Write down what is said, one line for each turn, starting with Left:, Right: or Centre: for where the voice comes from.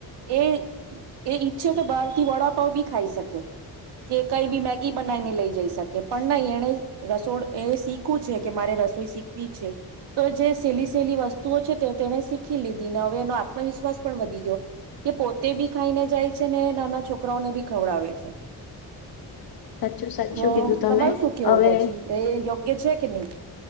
Right: એ એ ઈચ્છે તો બહારથી વડાપાવ બી ખાઈ શકે કે કઈ બી મેગી બનાવીને લઈ જઈ શકે પણ નહી, એને રસોડ એ શીખવું છે, કે મારે રસોઈ શીખ છે. તો જે સહેલી સહેલી વસ્તુઓ છે. તેને શીખી લીધી ને હવે એનો આત્મવિશ્વાસ પણ વધી ગયો કે પોતે બી ખાઈને જાય છે. ને નાના છોકરાઓને બી ખવડાવે છે.
Left: સાચું સાચું
Right: તો
Left: કીધું તમે
Right: તમારું શું કેવું
Left: હવે
Right: પછી એ યોગ્ય છે, કે નહી.